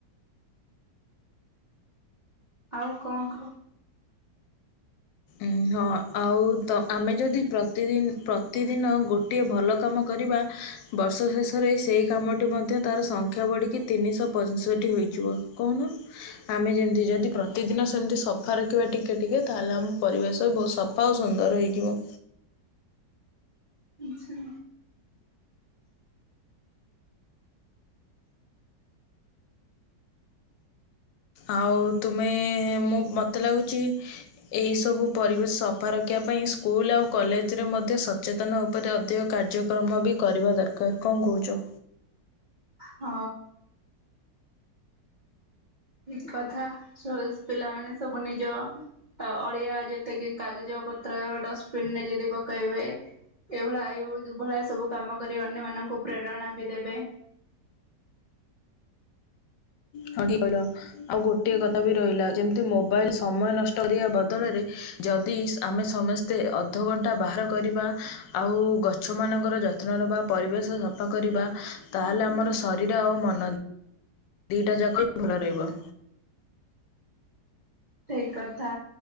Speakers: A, on the right; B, on the left.
A: ଆଉ କଣ ଖ
B: ଉ ହଁ ଆଉ ତ ଆମେ ଯଦି ପ୍ରତିଦି ପ୍ରତିଦିନ ଗୋଟିଏ ଭଲ କାମ କରିବା ବର୍ଷ ଶେଷରେ ସେହି କାମଟି ମଧ୍ୟ ତାର ସଂଖ୍ୟା ବଢ଼ିକି ତିନିଶହ ପଞ୍ଚଷଠି ହୋଇଯିବ କହୁନ। ଆମେ ଯେମତି ଯଦି ପ୍ରତିଦିନ ସେମତି ସଫା ରଖିବା ଟିକେ ଟିକେ ତାହେଲେ ଆମ ପରିବେଶ ତ ବହୁତ ସଫା ଆଉ ସୁନ୍ଦର ହେଇଯିବ।
A: ଆଚ୍ଛା।
B: ଆଉ ତୁମେ ମୁଁ ମତେ ଲାଗୁଚି ଏହି ସବୁ ପରିବେଶ ସଫା ରଖିବା ପାଇଁ ସ୍କୁଲ ଆଉ କଲେଜରେ ମଧ୍ୟ ସଚେତନ ଉପରେ ଅଧିକ କାର୍ଯ୍ୟକ୍ରମ ବି କରିବା ଦରକାର କଣ କହୁଚ।
A: ହଁ। ଠିକ କଥା <unintelligible> ପିଲାମାନୋ ସବୁ ନିଜ ଅ ଅଳିଆ ଯେତେକି କାଗଜ ପତ୍ର ଡଷ୍ଟବିନରେ ଯଦି ପକାଇବେ। ଏଇଭଳିଆ <unintelligible> ଭଳିଆ ସବୁ କାମ କରି ଅନ୍ୟ ମାନଙ୍କୁ ପ୍ରେରଣା ବି ଦେବେ।
B: ହଁ ଠିକ <unintelligible> ଆଉ ଗୋଟିଏ କଥା ବି ରହିଲା ଯେମତି ମୋବାଇଲ ସମୟ ନଷ୍ଟ କରିବା ବଦଳରେ ଯଦି ଆମେ ସମସ୍ତେ ଅଧଘଣ୍ଟା ବାହାର କରିବା ଆଉ ଗ ଛମାନଙ୍କର ଯତ୍ନ ନବା ପରିବେଶ ସଫା କରିବା ତାହେଲେ ଆମର ଶରୀର ଆଉ ମନ ଦିଟା ଯାକ <unintelligible> ଭଲ ରହିବ।
A: ଠିକ୍ କଥା।